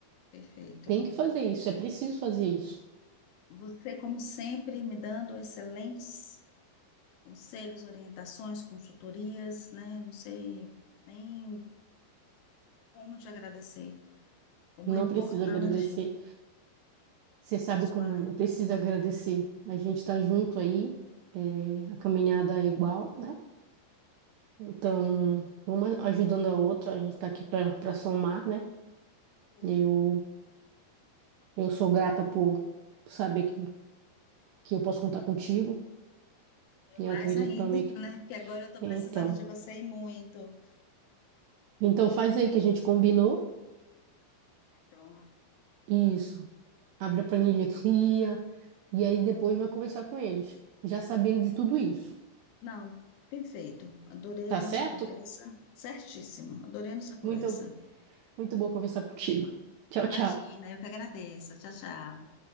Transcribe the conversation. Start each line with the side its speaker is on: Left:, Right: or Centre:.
Left: perfeito.
Right: Tem que fazer isso, é preciso fazer isso.
Left: Você, como sempre, me dando excelentes conselhos, orientações, consultorias, né? Não sei nem como te agradecer. Como
Right: Não
Left: é importante
Right: precisa agradecer. Você sabe
Left: a sua.
Right: como é, não precisa agradecer. A gente está junto aí, é, a caminhada é igual, né? Então, uma ajudando a outra, a gente está aqui para para somar, né?
Left: Sim.
Right: Eu, eu sou grata por saber que, que eu posso contar contigo,
Left: Eu
Right: e
Left: mais
Right: eu acredito
Left: ainda,
Right: também que.
Left: <laughs> né? Porque agora eu estou
Right: Então,
Left: precisando de você e muito.
Right: então faz aí o que a gente combinou,
Left: Então,
Right: isso. Abre a planilha, cria, e aí depois vai conversar com eles, já sabendo de tudo isso,
Left: não, perfeito. Adorei
Right: tá
Left: a
Right: certo?
Left: nossa conversa. Certíssimo, adorei a nossa conversa.
Right: Muito, muito bom conversar contigo. Tchau,
Left: Imagina,
Right: tchau.
Left: eu que agradeço. Tchau, tchau.